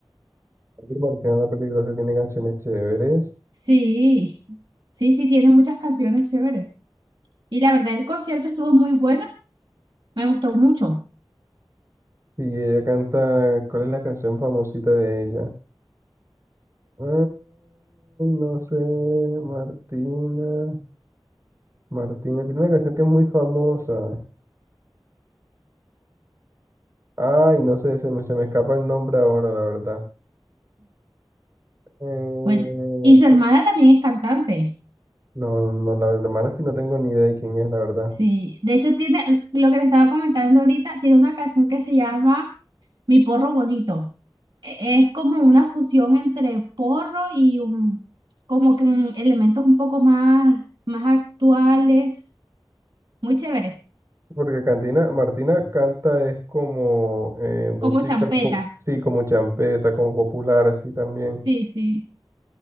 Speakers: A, on the right; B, on the right.
A: Ángel Martínez La Peligrosa tiene canciones chéveres.
B: Sí, sí, sí, tiene muchas canciones chéveres. Y la verdad el concierto estuvo muy bueno, me gustó mucho.
A: Y ella canta, ¿cuál es la canción famosita de ella? Ay, no sé, Martina. Martina, tiene una canción que es muy famosa. Ay, no sé, se me, se me escapa el nombre ahora, la verdad. Eh,
B: Bueno, y su hermana también es cantante.
A: No, no, la hermana sí no tengo ni idea de quién es, la verdad.
B: Sí, de hecho tiene, lo que le estaba comentando ahorita, tiene una canción que se llama Mi Porro Bonito. e-, es como una fusión entre porro y un, como que un- elementos un poco más, más actuales, muy chévere,
A: Porque Cantina, Martina canta es como eh, música
B: como champeta,
A: pop, sí, como champeta, como popular, así también.
B: sí, sí.